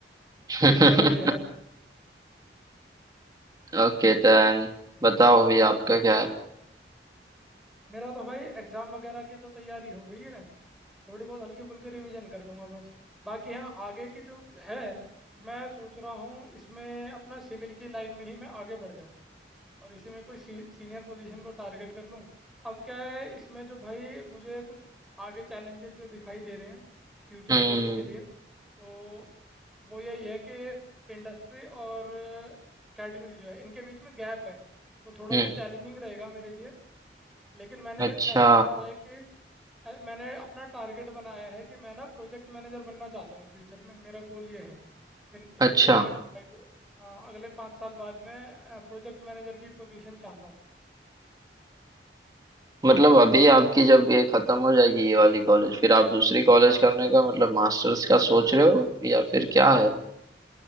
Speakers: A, on the right; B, in the centre.
A: <laughs>
B: सही है बढ़िया है
A: ओके देन बताओ अभी आपका क्या है
B: मेरा तो भाई एग्जाम वगैरह की तो तैयारी हो गई है थोड़ी बहुत हल्की फुल्की रिवीजन कर लूंगा बस बाकी हाँ आगे की जो है मैं सोच रहा हूँ इसमें अपना सिविल की लाइन में ही मैं आगे बढ़ जाऊँ और इसी में कोई सी, सीनियर पोजीशन को टारगेट कर लूँ अब क्या है इसमें जो भाई मुझे कुछ आगे चैलेंजेस जो दिखाई दे रहे हैं फ्यूचर
A: हम्म
B: गोल्स के लिए तो वो यही है कि इंडस्ट्री और एकेडमिक्स जो है इनके बीच में गैप है तो थोड़ा
A: हम्म
B: सा चैलेंजिंग रहेगा मेरे लिए लेकिन मैंने
A: अच्छा
B: ऐसा सोचा है कि अ, मैंने अपना टारगेट बनाया है कि मैं ना प्रोजेक्ट मैनेजर बनना चाहता हूँ फ्यूचर में मेरा गोल ये है कि
A: अच्छा
B: विद इन नेक्स्ट फाइव ईयर्स अगले पाँच साल बाद मैं प्रोजेक्ट मैनेजर की पोजीशन चाहता हूँ
A: मतलब अभी आपकी जब ये खत्म हो जाएगी ये वाली कॉलेज फिर आप दूसरी कॉलेज करने का मतलब मास्टर्स का सोच रहे हो या फिर क्या है